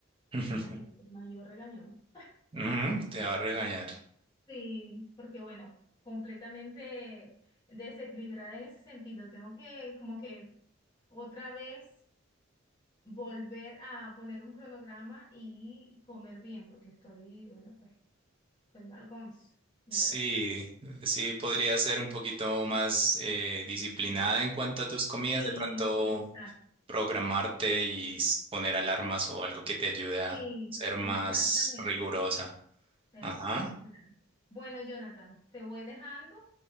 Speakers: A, on the right; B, on the left.
A: ujú,
B: imagínate, mayor regañón.
A: ujú, Te va a regañar.
B: Sí, porque bueno, completamente desequilibrada en ese sentido. Tengo que como que otra vez volver a poner un cronograma y comer bien, porque estoy, bueno, pues estoy mal con eso, de
A: Sí,
B: verdad.
A: sí, podría ser un poquito más eh, disciplinada en cuanto a tus comidas,
B: Sí,
A: de pronto
B: exacto.
A: programarte y s- poner alarmas o algo que te ayude a
B: Sí,
A: ser más
B: exactamente.
A: rigurosa.
B: Eh,
A: Ajá,
B: es verdad. Bueno, Jonathan, te voy dejando